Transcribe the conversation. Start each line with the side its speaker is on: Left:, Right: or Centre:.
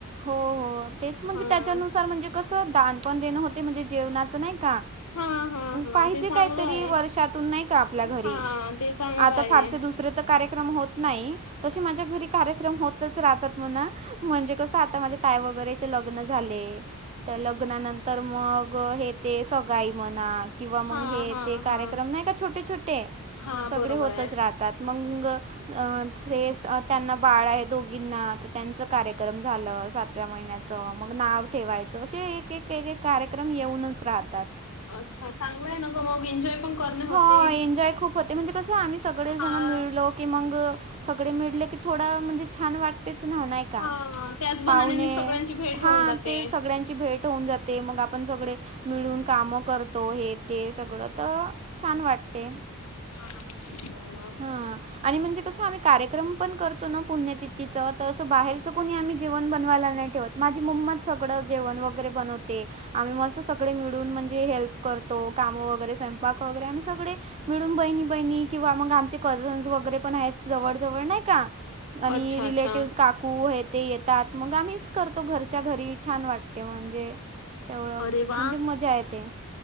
Right: हो हो तेच म्हणजे
Left: हां.
Right: त्याच्यानुसार म्हणजे, कसं दान पण देणं होते म्हणजे जेवणाचं नाही का.
Left: हां, हां, हां.
Right: पाहिजे
Left: ते
Right: काहीतरी
Left: चांगलं आहे.
Right: वर्षातून नाही का, आपल्या घरी
Left: हां, ते चांगलं
Right: आता
Left: आहे.
Right: फारसे दुसरे. त कार्यक्रमास होतंच नाही. तशी कार्यक्रम माझ्या घरी होतंच राहतात म्हणा म्हणजे कसं. आता माझे ताय वगैरेचे लग्न झाले. त्या लग्नानंतर मग हे ते सगाई म्हना. किंवा मग
Left: हां,
Right: हे
Left: हां,
Right: ते कार्यक्रम
Left: हां.
Right: नाही का, छोटे छोटे
Left: हां,
Right: सगळे
Left: बरोबर
Right: होतंच
Left: आहे.
Right: राहतात मगं. अ ते त्यांना बाळ आहे दोघींना, तर त्यांच कार्यक्रम. झालं सातव्या महिन्याचं मग नाव ठेवायचं, एक एक एक एक कार्यक्रम येवूनचं राहतात.
Left: अच्छा चांगलंय ना गं, मग एन्जॉय पण. करणे होते.
Right: हा एन्जॉय खूप होते म्हणजे कसं, आम्ही सगळेजण
Left: हां,
Right: मिळलो. की मगं सगळे मिळले की, थोडं म्हणजे छान वाटतेच ना ना
Left: हां. त्याच बहाण्याने
Right: पावणे
Left: सगळ्यांची भेट
Right: हा
Left: होऊन जाते.
Right: ते सगळ्यांची भेट. तो होऊन जाते मगं, आपण सगळे मिळून काम करतो हे ते सगळं तर. छान वाटते.
Left: <unintelligible>
Right: हा आणि म्हणजे कसं आम्ही, कार्यक्रम पण करतो ना पुण्यातिथ तिचं तसं बाहेरचं कोणी आम्ही, जेवण बनवायला नाही ठेवत माझी मम्माच सगळं. तिकडं जेवण वगैरे बनवते. आम्ही मस्त सगळे मिळून म्हणजे, हेल्प करतो काम वगैरे स्वयंपाक वगैरे आम्ही सगळे. मिळून बहिणी बहिणी किंवा मग, आमचे कझन्स वगैरे पण आहेत जवळ जवळ नाही का. आणि
Left: अच्छा
Right: रिलेटिव्हज
Left: अच्छा
Right: काकू हे ते येत. तात मग आम्हीच करतो घरच्या घरी छान वाटते म्हणजे तेवळक
Left: अरे वा
Right: म्हणजे मजा येते.